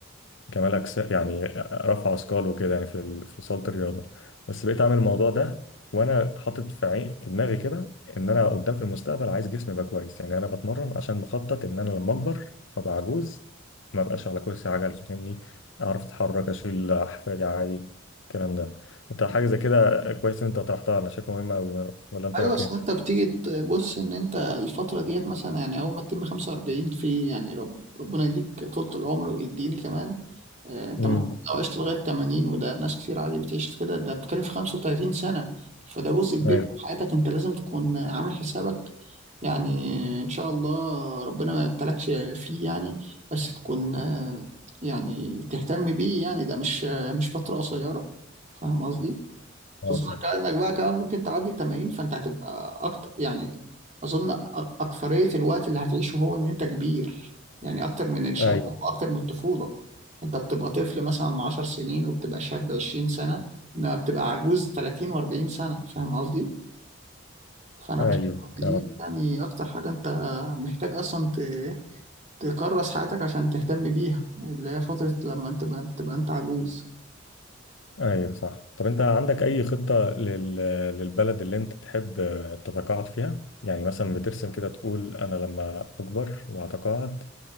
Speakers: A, on the left; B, on the right.
A: كمال اجسام يعني رفع اثقال وكده يعني في ال- في صاله الرياضه بس بقيت اعمل الموضوع ده وانا حاطط في عين في دماغي كده ان انا قدام في المستقبل عايز جسمي يبقى كويس يعني انا بتمرن عشان مخطط ان انا لما اكبر وابقى عجوز ما بقاش على كرسي عجل فاهمني اعرف اتحرك اشيل احفادي عادي الكلام ده انت حاجه زي كده كويس ان انت طرحتها انا شايفها مهمه قوي ولا انت
B: ايوه
A: رايك
B: بس
A: ايه؟
B: انت بتيجي تبص ان انت الفتره ديت مثلا يعني اول ما تتم 45 في يعني رب ربنا يديك طولة العمر ويديني كمان آه، انت
A: امم
B: المفروض لو عشت لغايه 80 وده ناس كتير عادي بتعيش كده ده بتتكلم في 35 سنه فده جزء كبير
A: ايوه
B: من حياتك انت لازم تكون عامل حسابك يعني ان شاء الله ربنا ما يبتلكش فيه يعني بس تكون آه، يعني تهتم بيه يعني ده مش آه، مش فتره قصيره فاهم قصدي؟ خصوصا
A: آه، صح.
B: كأنك بقى كمان ممكن تعدي ال 80 فانت هتبقى اكتر يعني اظن أ- اكثرية الوقت اللي هتعيشه هو ان انت كبير يعني اكتر من الشباب
A: ايوه
B: واكتر من الطفولة انت بتبقى طفل مثلا 10 سنين وبتبقى شاب 20 سنة انما بتبقى عجوز 30 و40 سنة فاهم قصدي؟ فانا
A: ايوه
B: بشوف إن
A: كلامك
B: دي يعني اكتر حاجة انت محتاج اصلا ت... تكرس حياتك عشان تهتم بيها اللي هي فترة لما انت تبقى تبقى انت عجوز
A: ايوه صح طب انت عندك اي خطة لل... للبلد اللي انت تحب آه، تتقاعد فيها يعني مثلا بترسم كده تقول انا لما اكبر واتقاعد